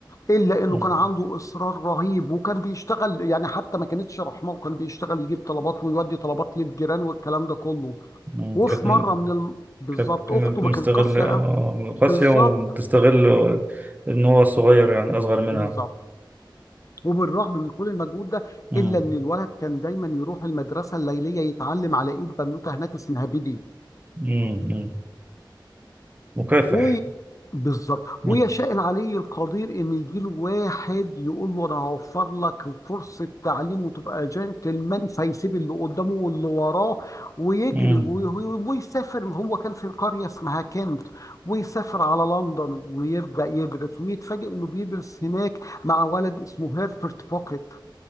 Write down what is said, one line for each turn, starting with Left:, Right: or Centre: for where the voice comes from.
Left: الا انه
Right: مم.
Left: كان عنده اصرار رهيب وكان بيشتغل يعني حتى ما كانتش رحمه وكان بيشتغل يجيب طلبات ويودي طلبات للجيران والكلام ده كله
Right: مم.
Left: وفي
Right: كانت
Left: مره من الم... بالظبط
Right: كانت كانت
Left: اخته ما
Right: مستغلة
Left: كانت قاسيه قوي
Right: آه، من القاسية
Left: بالظبط
Right: وتستغل إن هو صغير يعني أصغر منها
Left: بالظبط وبالرغم من كل المجهود ده
Right: مم.
Left: الا ان الولد كان دايما يروح المدرسه الليليه يتعلم على ايد بنوته هناك اسمها بيدي
Right: مم. مكافح
Left: وي بالظبط
Right: مم.
Left: ويشاء العلي القدير ان يجي له واحد يقول له انا هوفر لك فرصه تعليم وتبقى جنتلمان فيسيب اللي قدامه واللي وراه ويجري
Right: مم.
Left: وي- ويسافر هو كان في قريه اسمها كنت ويسافر على لندن ويبدا يدرس ويتفاجئ انه بيدرس هناك مع ولد اسمه هيربرت بوكيت